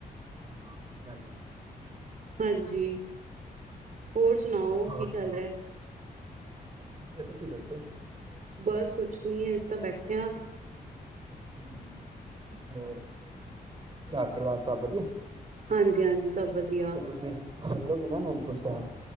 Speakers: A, on the right; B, on the right.
A: ਹਾਂ ਸਹੀ ਗੱਲ।
B: ਹਾਂਜੀ। ਹੋਰ ਸੁਣਾਓ
A: ਹੋਰ
B: ਕੀ
A: ਸੁਣਾਓ?
B: ਚੱਲ ਰਿਹਾ।
A: ਬਸ ਵਧੀਆ <unintelligible>
B: ਬਸ ਕੁਛ ਨ ਹੈ ਇਸ ਤ ਬੈਠਿਆ
A: ਹਮ ਹੋਰ ਘਰ ਪਰਿਵਾਰ ਸਭ ਵਧੀਆ?
B: ਹਾਂਜੀ ਹਾਂਜੀ ਸਭ ਵਧੀਆ,
A: ਫਿਰ ਤੁਸੀਂ ਚੱਲੋਗੇ ਨਾ ਅਨੰਦਪੁਰ ਸਾਹਿਬ?